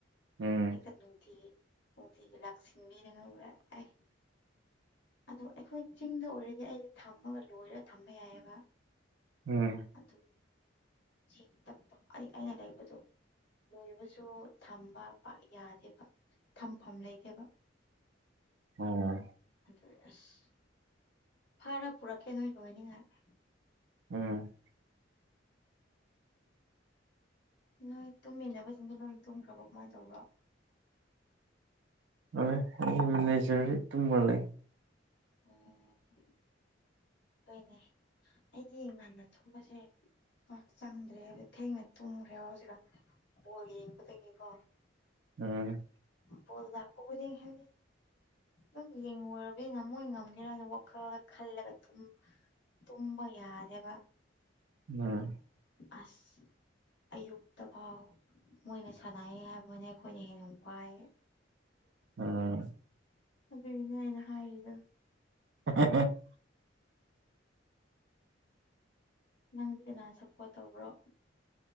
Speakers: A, on the right; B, on the left.
A: ꯎꯝ
B: ꯍꯦꯛꯇ ꯅꯨꯡꯇꯤꯒꯤ ꯅꯨꯡꯇꯤꯒꯤ ꯂꯥꯛꯁꯤꯟꯕꯤꯔ ꯈꯪꯕ꯭ꯔ ꯑꯦ ꯑꯗꯣ ꯑꯩꯈꯣꯏ ꯆꯤꯡꯗ ꯑꯣꯏꯔꯗꯤ ꯑꯩꯗꯤ ꯊꯝꯃꯒ ꯂꯣꯏꯔ ꯊꯝꯝꯕ ꯌꯥꯏꯌ‌ꯦꯕ
A: ꯎꯝ
B: ꯑꯗꯨ ꯁꯤ ꯊꯛꯄ ꯑꯩ ꯑꯩꯅ ꯂꯩꯥꯏꯕꯗꯨꯣ ꯂꯣꯏꯕꯁꯨ ꯊꯝꯕ ꯄꯥꯛ ꯌꯥꯗꯦꯕ ꯊꯝꯐꯝ ꯂꯩꯗꯦꯕ
A: ꯑꯣ
B: ꯑꯗꯨ ꯑꯁ ꯐꯥꯔ ꯄꯨꯔꯛꯀꯦ ꯅꯣꯏ ꯂꯣꯏꯅꯤꯡꯉꯗꯤ
A: ꯑꯝ
B: ꯅꯣꯏ ꯇꯨꯝꯃꯤꯟꯅꯕꯁꯤꯡꯗꯤ ꯂꯣꯏ ꯇꯨꯝꯈ꯭ꯔꯕ ꯀꯃꯥꯏꯅ ꯇꯧꯕ꯭ꯔꯣ
A: ꯑꯩ ꯃꯤ ꯂ‌ꯣꯏ ꯂꯩꯖꯔꯤ ꯇꯨꯝꯃ ꯂꯩ
B: ꯑꯣ ꯍꯣꯏꯅꯦ ꯑꯩꯗꯤ ꯉꯟꯅ ꯊꯨꯝꯕꯁꯦ ꯄꯥꯛ ꯆꯪꯗ꯭ꯔꯦ ꯊꯦꯡꯅ ꯇꯨꯝꯈ꯭ꯔꯦꯕ ꯍꯧꯖꯤꯛꯀ ꯕꯣꯜ ꯌꯦꯡꯕꯗꯒꯤꯀꯣ
A: ꯎꯝ
B: ꯚ‌ꯣꯜ ꯂꯛꯄꯕꯨꯗꯤ ꯍꯥꯏꯗꯤ ꯑꯗꯨꯝ ꯌꯦꯡꯉꯨꯔꯕꯅꯤꯅ ꯃꯣꯏ ꯉꯝꯒꯦꯔꯥ ꯋꯥꯈꯜꯂꯒ ꯈꯜꯂꯒ ꯊꯨꯝ ꯇꯨꯝꯕ ꯌꯥꯗꯦꯕ
A: ꯎꯝ
B: ꯑꯁ ꯑꯌꯨꯛꯇ ꯐꯥꯎ ꯃꯣꯏꯅ ꯁꯥꯟꯅꯩ ꯍꯥꯏꯕꯅ ꯑꯩꯈꯣꯏꯅ ꯍꯦꯟꯅ ꯋꯥꯏ
A: ꯎꯝ
B: ꯑꯗꯨꯒꯤꯅꯦ ꯑꯩꯅ ꯍꯥꯏꯔꯤꯗ
A: <inaudible>
B: ꯅꯪꯗꯤ ꯀꯅꯥ ꯁꯞꯄꯣꯔꯠ ꯇꯧꯕ꯭ꯔꯣ